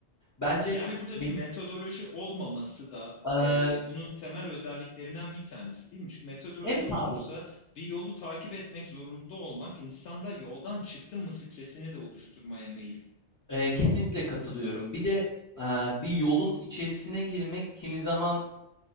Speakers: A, on the left; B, on the left.
A: Bence
B: Yani burada
A: medi-
B: bir metodoloji olmaması da
A: Eee,
B: e, bunun temel özelliklerinden bir tanesi değil mi? Çünkü metodoloji
A: evet
B: olursa
A: abi
B: bir yolu takip etmek zorunda olmak insanda yoldan çıktım mı stresini de oluşturmaya meyilli.
A: eee, kesinlikle katılıyorum. Bir de eee, bir yolun içerisine girmek kimi zaman